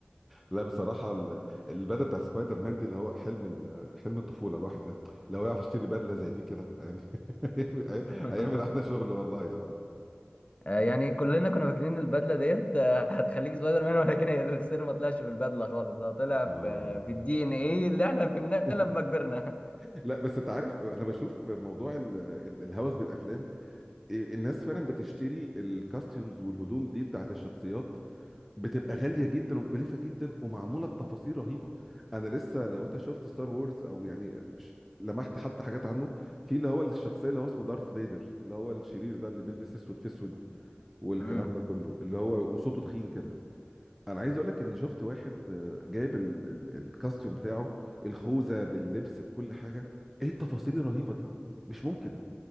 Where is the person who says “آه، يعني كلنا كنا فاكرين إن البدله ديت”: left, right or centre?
Left